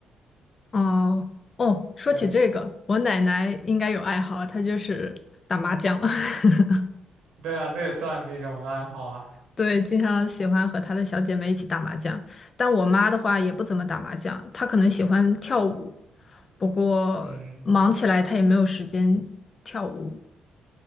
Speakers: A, on the left; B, on the right.
A: <laughs> 哦，哦，说起这个，
B: 对，
A: 我奶奶应该有爱好，她就是打麻将。<laughs>
B: 对啊，这也算是一种爱好啊。
A: 对，经常喜欢和她的小姐妹一起打麻将。但我妈的话也不怎么打麻将，她可能喜欢跳舞，不过忙起来她也没有时间跳舞。
B: 嗯。